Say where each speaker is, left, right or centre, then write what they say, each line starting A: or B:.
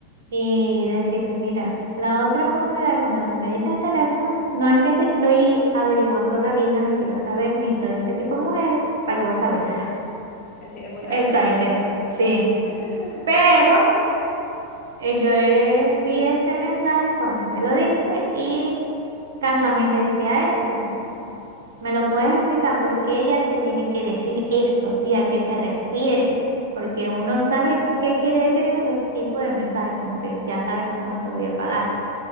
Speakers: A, on the right; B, on the left.
A: y decirle, mira, la otra oportunidad cuando me diste el teléfono, no es que te estoy averiguando la vida, ni quiero saber, ni soy ese tipo de mujeres para que vos sabés.
B: Así, eh, vos
A: <laughs>
B: sabés,
A: Exacto,
B: haciéndolo.
A: es- sí.
B: <laughs>
A: Pero Eh, yo eh, vi ese mensaje cuando me lo diste y casualmente decía eso. ¿Me lo puedes explicar por qué ella te tiene que decir eso y a qué se refiere? Porque uno sabe qué quiere decir esos tipos de mensajes, como que ya sabes cómo te voy a pagar.